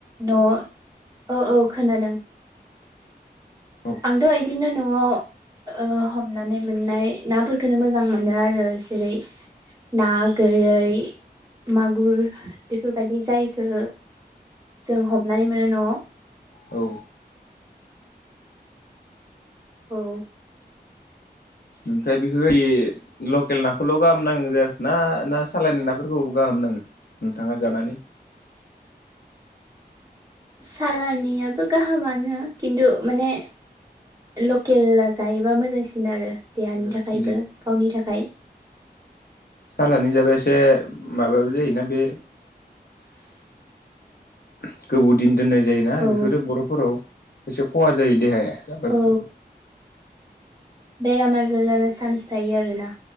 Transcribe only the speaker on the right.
न' औ औ खोनादों
आंथ' बिदिनो न'आव ओ हमनानै मोननाय नाफोरखो मोजां मोनो आरो। जेरै ना गोरै मागुर बेफोरबायदि जायखो जों हमनानै मोनो न'आव
औ
सालनियाबो गाहामानो खिन्थु माने लकेेल जायोबा मोजांसिन आरो देहानि
थाखायबो
गावनि थाखाय
औ
औ
बेराम आजार जानो चान्स थायो आरोना।